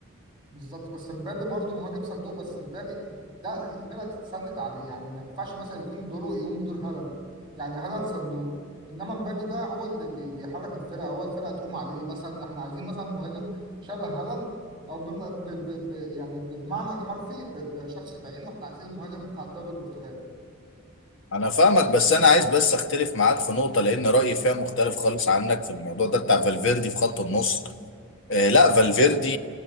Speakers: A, on the right; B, on the left.
A: بالظبط بس مبابي برضه مهاجم صندوق بس مبابي ده الفرقه تتسند عليه يعني ما ينفعش مثلا يكون دوره يقوم بدور هالاند يعني هالاند صندوق انما مبابي ده هو اللي بي- بيحرك الفرقه هو الفرقه تقوم عليه مثلا احنا عايزين مثلا مهاجم شبه هالاند او بم... ب... ب... ب... يعني بالمعنى الحرفي ب... بشخص بعينه احنا عايزين المهاجم بتاع الدوري البرتغالي
B: انا فاهمك بس انا عايز بس اختلف معاك في نقطة لان رأيي فيها مختلف خالص عنك في الموضوع ده بتاع فالفيردي في خط النص آه، لا فالفيردي